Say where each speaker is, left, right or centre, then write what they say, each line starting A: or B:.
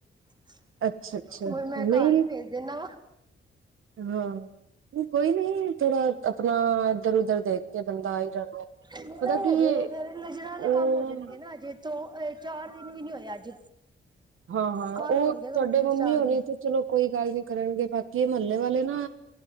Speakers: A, on the right; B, on the right.
A: <inaudible>
B: ਅੱਛਾ ਅੱਛਾ
A: ਹੋ ਮੈਂ
B: ਨਹੀਂ
A: ਘਰ ਹੀ ਭੇਜ ਦੇਨਾ ਵ
B: ਹਾਂ ਕੋਈ ਨੀ ਥੋੜਾ ਆਪਣਾ ਇੱਧਰ-ਉਧਰ ਦੇਖ ਕੇ ਬੰਦਾ ਆਈ ਜਾਂਦਾ
A: ਨਹੀਂ
B: ਪਤਾ ਕੀ
A: ਹਜੇ ਨਜ਼ਰਾਂ ਵਾਲੇ
B: ਉਹ
A: ਕੰਮ ਹੋ ਜਾਣਗੇ ਨਾ ਅਜੇ ਦੋ ਚਾਰ ਦਿਨ ਵੀ ਨੀ ਹੋਏ ਅੱਜ
B: ਹਾਂ-ਹਾਂ
A: ਕੱਲ
B: ਉਹ
A: ਹੋਣਗੇ
B: ਤੁਹਾਡੇ
A: ਕੰਪਲੀਟ
B: ਮੰਮੀ
A: ਚਾਰ
B: ਹੋਣੀ
A: ਦਿਨ।
B: ਤੇ ਚਲੋ ਕੋਈ ਗੱਲ ਨੀ ਕਰਨਗੇ ਬਾਕੀ ਮੁਹੱਲੇ ਵਾਲੇ ਨੂੰ